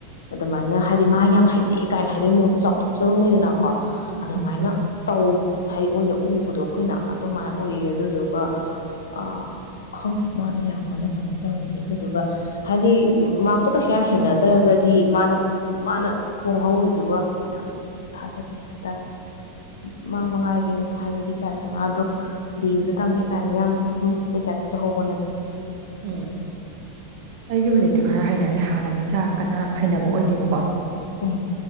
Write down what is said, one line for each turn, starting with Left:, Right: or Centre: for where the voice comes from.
Left: ꯑꯗꯨꯃꯥꯏꯅ ꯍꯥꯏꯗꯤ ꯃꯥ ꯌꯥꯝ ꯍꯩꯔꯑꯦ ꯀꯥꯏꯅ ꯍꯥꯏꯕꯩ ꯃꯑꯣꯡꯗ ꯆꯥꯎꯊꯣꯛꯆꯕꯝ ꯂꯩꯗꯅꯀꯣ ꯑꯗꯨꯃꯥꯏꯅ
Right: ꯎꯝ
Left: ꯇꯧ ꯍꯥꯏꯗꯤ ꯑꯣꯏꯅ ꯎꯕꯗꯣ ꯑꯩꯈꯣꯏꯅ ꯑꯗꯨꯃꯥꯏꯅ ꯑꯣꯏꯌꯦ ꯑꯗꯨꯗꯨꯒ ꯑ ꯈꯪꯗꯦ ꯃꯥꯗꯣ ꯌꯥꯝ ꯀꯟꯅ ꯀꯩꯅꯣ ꯇꯧꯈꯤꯅꯤ ꯑꯗꯨꯗꯨꯒ ꯍꯥꯏꯗꯤ ꯃꯥꯔꯛꯇꯣ ꯀꯩꯁꯨ ꯌꯥꯝ ꯍꯦꯟꯅꯗ꯭ꯔꯒꯗꯤ ꯃꯥꯅ ꯃꯥꯅ ꯐꯣꯡ ꯍꯧꯧꯔꯤꯗꯨꯒ ꯌꯥꯝ ꯊꯥꯖꯗꯕ ꯍꯥꯏꯇꯥꯔꯦ ꯃꯥ ꯃꯉꯥꯏꯔꯤ ꯍꯥꯏꯕꯒꯤ ꯇꯥꯏꯞꯇ ꯃꯥ ꯑꯗꯣ ꯗꯤꯌꯨꯗ ꯇꯝꯃꯦꯦ ꯀꯥꯏꯅꯒ ꯌꯥꯝ ꯃꯨꯛꯄꯩ ꯇꯥꯏꯞꯄ ꯇꯧꯍꯧꯕꯅꯦꯕ
Right: ꯎꯝ ꯑꯩꯁꯨ ꯍꯧꯖꯤꯛꯇꯤ ꯈꯔ ꯍꯩꯅꯔꯦ ꯍꯥꯟꯅꯗꯤ ꯀꯌꯥ ꯀꯟꯅ ꯍꯩꯅꯕ ꯑꯣꯏꯗꯦꯕꯀꯣ
Left: ꯎꯝ